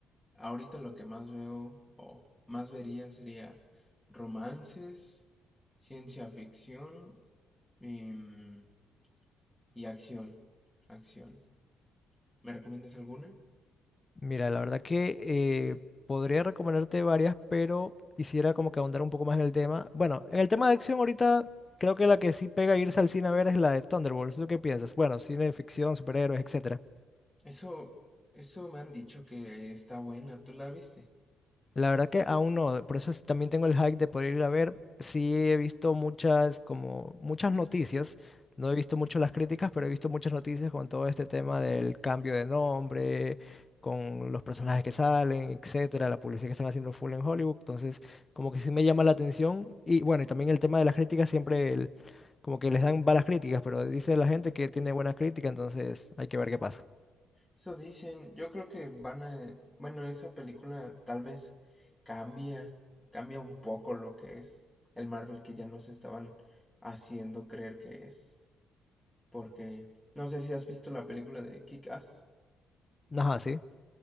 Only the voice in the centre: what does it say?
ahorita lo que más veo o más vería sería romances, ciencia ficción y, mm, y acción. Acción. ¿Me recomiendas alguna?
Eso, eso me han dicho que está buena. ¿Tú la viste?
Ajá.
Eso dicen. Yo creo que van a... Bueno, esa película tal vez cambia, cambia un poco lo que es el Marvel que ya nos estaban haciendo creer que es. Porque no sé si has visto la película de Kick-Ass.